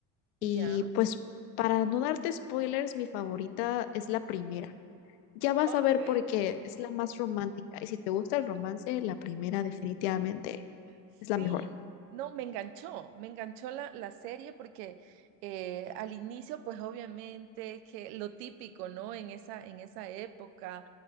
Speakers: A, on the right; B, on the left.
A: ya.
B: Y pues para no darte spoilers, mi favorita es la primera. Ya vas
A: Ok.
B: a ver por qué es la más romántica. Y si te gusta el romance, la primera definitivamente
A: Sí,
B: es la mejor.
A: no, me enganchó, me enganchó la, la serie porque eh, al inicio, pues obviamente que lo típico, ¿no? En esa, en esa época,